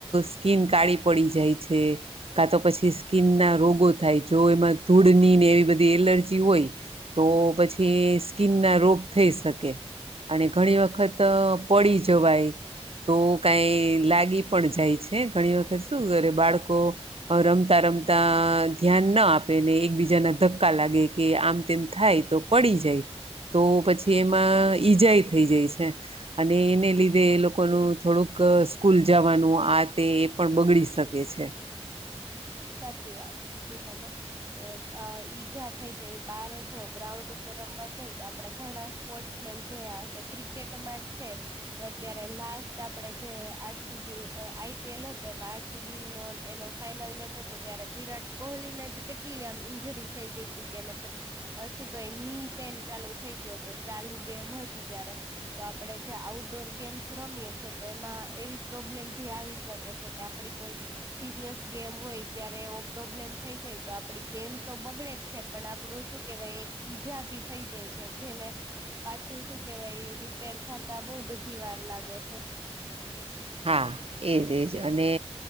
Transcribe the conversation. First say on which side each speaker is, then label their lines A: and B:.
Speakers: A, on the right; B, on the right.
A: સ્કીન કાળી પડી જાય છે. કા, તો પછી સ્કીિન ના રોગો થાય, જો એમાં ધૂળની ને એવી બધી. એલર્જી હોય, તો પછી સ્કીિનના રોગ થઈ, શકે અને ઘણી, વખત પડી જવાય તો કઈ લાગી પણ જાય છે. ઘણી વખત શું કરે બાળકો, રમતા, રમતા ધ્યાનના આપે, ને એકબીજાના ધક્કા લાગે કે આમ તેમ થાય, તો પડી જાય તો પછી એમાં ઈજાઈ થઈ જાય છે. અને એને લીધે એ લોકોનું થોડુંક સ્કૂલ જવાનુ, આ તે એ પણ બગડી શકે છે.
B: સાચી વાત કીધુ તમે કે ઈજા થઈ જાય, બારે જો ગ્રાઉન્ડ ઉપર રમવા જઈ, તો આપડે ઘણા સ્પોર્ટ્સ જોયા હશે, ક્રિકેટમાં જ છે કે અત્યારે લાસ્ટ આપણેે જે આરસીબી આઈપીએલ હતો, એ આરસીબી નો એનો ફાઈનલ મેચ હતો. તો ત્યારે વિરાટ કોહલીને જ કેટલી આમ ઈન્જરી થઈ ગઈ હતી, કેને શું ક ની ન ચાલુ થઈ ગયો, તો ચાલુ ગેમ હતી ત્યારે તો આપડે જે આઉટડોર ગેમ્ રમીએ છે, તો એમાં એવી પ્રોબ્લેમ ભી આવી શકે છે, કે આપડી કોઈ સિરિયસ ગેમ હોય. ત્યારે એવો પ્રોબ્લેમ થઈ જાય, તો આપણી ગેમ તો બગડે જ છે, પણ આપણું શું કહેવાય એક ઈજા. થઈ જાય છે, જેને પાછું શું કેવાય રીપેર ખાતા બહ બધી વાર લાગે છે.
A: હા, એજ, એજ અને